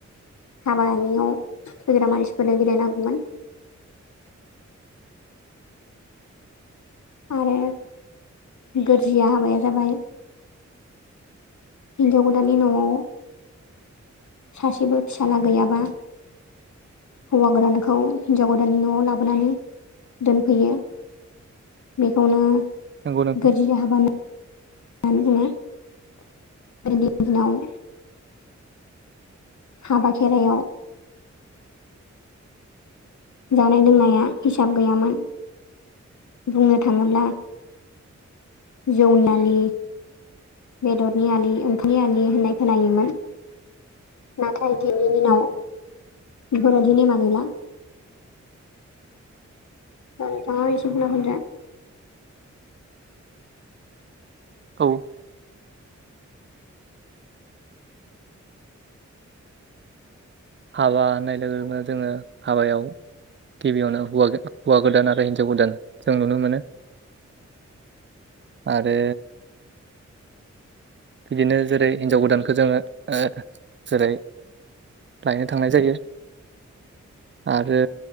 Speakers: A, on the left (about 70°); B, on the right (about 40°).
A: हाबानियाव फैग्रा मानसिफोरनो बिलायनांगौमोन।
B: <inaudible>
A: आरो गोरजिया हाबाया जाबाय हिनजाव गोदाननि न'वाव सासेबो फिसाला गैयाबा हौवा गोदानखौ हिनजाव गोदाननि न'वाव लाबोनानै दोनफैयो बेखौनो
B: नंगौ नोंथां
A: गोरजिया हाबा होना नानै बुङो। <unintelligible> दिनाव हाबा खेरायाव जानाय लोंनाया हिसाब गैयामोन। बुंनो थाङोब्ला जौनालि बेदरनि आलि ओंखामनि आलि होननाय खोनायोमोन। नाथाय दिनैनि दिनाव बिफोरबायदि नेमा गैला। दा नोंथाङा एसे बुंना होनजा
B: औ हाबा होननाय लोगो लोगोनो जोङो हाबायाव गिबियावनो हौवा हौवा गोदान आरो हिनजाव गोदान जों नुनो मोनो आरो बिदिनो जेरै हिनजाव गोदानखो जोङो ओ जेरै लायनो थांनाय जायो। आरो